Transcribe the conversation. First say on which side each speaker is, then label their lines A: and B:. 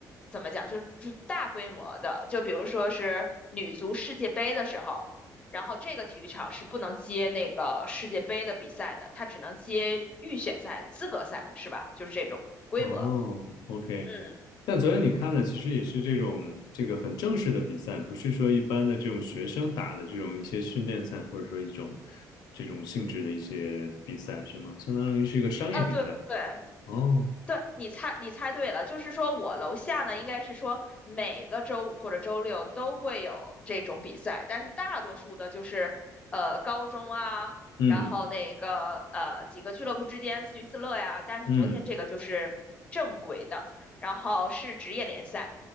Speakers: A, on the left; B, on the left.
A: 怎么讲，就是大规模的，就比如说是女足世界杯的时候，然后这个体育场是不能接那个世界杯的比赛的，它只能接预选赛、资格赛，是吧？就是这种规模。
B: 哦，OK，
A: 嗯，
B: 但昨天你看的其实也是这种这个很正式的比赛，不是说一般的这种学生打的这种一些训练赛，或者说一种这种性质的一些比赛，是吗？相当于是一个商业比赛。
A: 啊，对对，
B: 哦，
A: 对，你猜，你猜对了，就是说我楼下呢，应该是说每个周五或者周六都会有这种比赛，但是大多数的就是，呃，高中啊，
B: 嗯
A: 然后那个呃几个俱乐部之间自娱自乐呀。但是昨天这个就是正规的，
B: 嗯
A: 然后是职业联赛，